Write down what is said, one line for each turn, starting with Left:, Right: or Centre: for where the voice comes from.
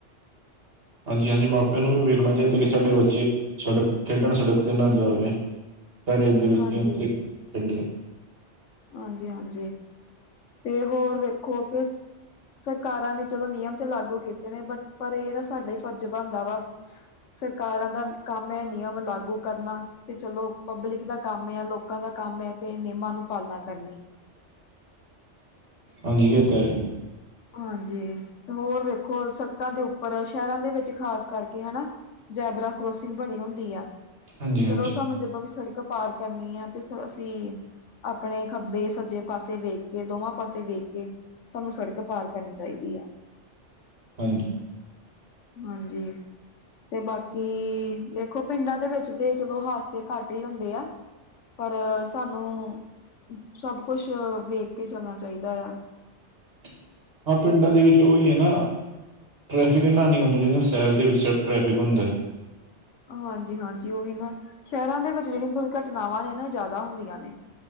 Right: ਹਾਂਜੀ ਹਾਂਜੀ ਮਾਪੇ ਨੂੰ ਵੀ ਵੇਖਣਾ ਚਾਹੀਦਾ ਕਿ ਸਾਡੇ ਬੱਚੇ ਸੜਕ ਖੇਡਣ ਸੜਕ ਤੇ ਨਾ ਜਾਵੇ ਘਰੇ ਦੇ ਵਿੱਚ
Left: ਹਾਂਜੀ
Right: ਹੀ ਹੁੰਦੇ ਪਿੰਡੇ।
Left: ਹਾਂ ਜੀ ਹਾਂ ਜੀ ਤੇ ਹੋਰ ਵੇਖੋ ਕਿਸ। ਸਰਕਾਰਾਂ ਨੇ ਚਲੋ ਨਿਯਮ ਤੇ ਲਾਗੂ ਕੀਤੇ ਨੇ ਬਟ ਪਰ ਇਹ ਨਾ ਸਾਡਾ ਹੀ ਫਰਜ਼ ਬਣਦਾ ਵਾ। ਸਰਕਾਰਾਂ ਦਾ ਕੰਮ ਹੈ- ਨਿਯਮ ਲਾਗੂ ਕਰਨਾ। ਤੇ ਚਲੋ ਪਬਲਿਕ ਦਾ ਕੰਮ ਹੈ। ਲੋਕਾਂ ਦਾ ਕੰਮ ਹੈ ਕਿ ਨਿਯਮਾਂ ਨੂੰ ਪਾਲਣਾ ਕਰਨੀ।
Right: ਹਾਂਜੀ ਇਹ ਤਾਂ ਹੈ।
Left: ਹਾਂਜੀ ਤੇ ਹੋਰ ਵੇਖੋ ਸੜਕਾਂ ਦੇ ਉੱਪ। ਪਰ ਸ਼ਹਿਰਾਂ ਦੇ ਵਿੱਚ ਖ਼ਾਸ ਕਰਕੇ ਹੈ ਨਾ ਜੈਬਰਾ ਕਰੋਸਿੰਗ ਬਣੀ ਹੁੰਦੀ ਆ।
Right: ਹਾਂਜੀ
Left: ਚਲੋ
Right: ਹਾਂਜੀ
Left: ਸਾਨੂੰ ਜਦੋਂ ਵੀ ਸੜਕ ਪਾਰ ਕਰਨੀ ਹੈ ਤੇ ਅਸੀਂ। ਆਪਣੇ ਖੱਬੇ ਸੱਜੇ ਪਾਸੇ ਵੇਖ ਕੇ ਦੋਵਾਂ ਪਾਸੇ ਵੇਖ ਕੇ ਸਾਨੂੰ ਸੜਕ। ਪਾਰ ਕਰਨੀ ਚਾਹੀਦੀ ਹੈ।
Right: ਹਾਂਜੀ।
Left: ਹਾਂਜੀ। ਤੇ ਬਾਕੀ ਦੇੇਖੋ। ਪਿੰਡਾਂ ਦੇ ਵਿੱਚ ਤੇ ਚਲੋ ਹਾਦਸੇ ਘੱਟ ਹੀ ਹੁੰਦੇ ਆ। ਪਰ ਸਾਨੂੰ ਸਭ ਕੁਝ ਵੇਖ ਕੇ ਚੱਲਣਾ ਚਾਹੀਦਾ ਆ।
Right: ਹਾਂ, ਪਿੰਡਾਂ ਦੇ ਵਿੱਚ ਉਹੀ ਹੈ ਨਾ। ਟਰੈਫਿਕ ਇੰਨਾ ਨਹੀਂ ਹੁੰਦਾ। ਜਿੰਨਾ ਸ਼ਹਿਰ ਦੇ ਵਿੱਚ ਟਰੈਫਿਕ ਹੁੰਦਾ।
Left: ਹਾਂ ਜੀ ਹਾਂ ਜੀ ਉਹੀ ਨਾ ਸ਼ਹਿਰਾਂ ਦੇ ਵਿੱਚ ਜਿਹੜੀਆਂ ਦੁਰਘਟਨਾਵਾਂ ਨੇ ਨਾ ਜ਼ਿਆਦਾ ਹੁੰਦੀਆਂ ਨੇ।